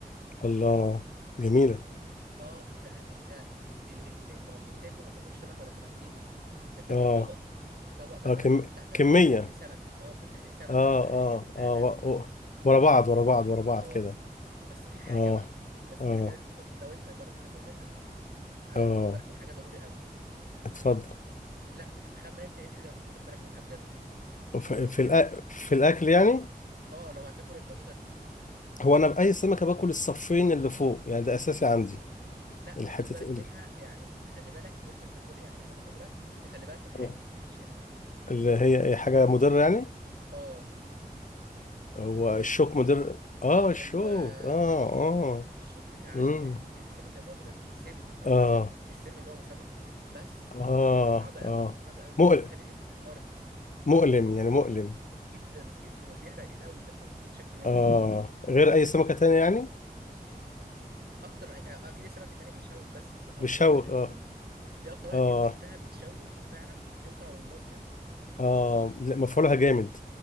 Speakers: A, on the left (about 55°); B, on the right (about 80°).
A: الله جميلة
B: دي اه دي بقى انت ال... ال... لما بتيجي تاكل ما بتاكلش سمكه ولا سمكتين انت بتاكل
A: اه
B: طبق طبق مثلا
A: اه كم...
B: فيه بتاع تل-
A: كمية
B: 30 سمكه اه بتاع 30 سمكه
A: اه
B: ولا حاجه
A: اه
B: بتنقنق
A: اه و-
B: فيهم
A: و- ورا بعض ورا بعض ورا بعض
B: اه
A: كده
B: بس في حاجه
A: اه
B: بقى بس
A: اه
B: في حاجه لازم تاخد لو انت جربت تاكل منها عايز
A: اه
B: تاخد بالك من حاجه ضروري قوي
A: اتفضل
B: لا تخمن انت ايه الحاجه اللي المفروض تاخد بالك منها بجد
A: ف-
B: حاجه
A: في
B: خطيره
A: الأ... في الاكل يعني
B: اه لو هتاكل البطاطا دي
A: هو انا باي سمكه باكل الصفين اللي فوق يعني ده اساسي عندي
B: لا
A: الحته
B: تاخد بالك
A: ال-
B: منها يعني تخلي بالك وانت بتاكل يعني وانت بتاكلها تخلي بالك من حاجه
A: آه.
B: فيها
A: اللي هي أي حاجه مضره يعني
B: اه
A: هو
B: الشوك
A: الشوك مضر اه الشوك
B: ايوه
A: اه
B: الشوك
A: اه
B: الشوك بتاع
A: امم
B: ال- ال- السمكه البطاطا دي سم حرفيا
A: اه
B: مش سم اللي هو مسمم بس
A: اه
B: صعب قوي
A: اه
B: صعب قوي
A: مؤلم
B: وبيخلي الايد تحمر
A: مؤلم يعني مؤلم
B: جدا جدا وبيحرق الايد قوي لما بتتشكي منها
A: اه غير اي سمكه تانية يعني
B: اكتر آه، اكيد السمك التاني بيشوك بس دي اكتر
A: بالشوك
B: واحده فيهم
A: اه
B: دي اكتر واحده
A: اه
B: فيهم شفتها بتشوك وفعلا بتوجع المده
A: اه لا مفعولها جامد